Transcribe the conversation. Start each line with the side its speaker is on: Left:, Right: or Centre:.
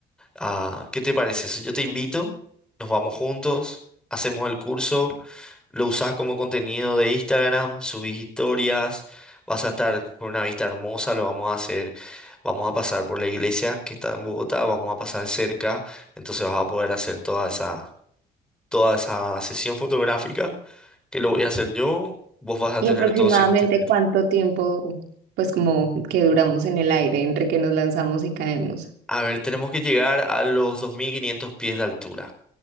Centre: Ah, ¿qué te parece eso? Yo te invito, nos vamos juntos, hacemos el curso. Lo usás como contenido de Instagram, subís historias, vas a estar con una vista hermosa, lo vamos a hacer, vamos a pasar por la iglesia que está en Bogotá, vamos a pasar cerca, entonces vas a poder hacer toda esa, toda esa sesión fotográfica que lo voy a hacer yo, vos vas a
Right: ¿Y
Centre: tener
Right: aproximadamente
Centre: todo ese contenido.
Right: cuánto tiempo, pues como que duramos en el aire entre que nos lanzamos y caemos?
Centre: A ver, tenemos que llegar a los 2500 pies de altura.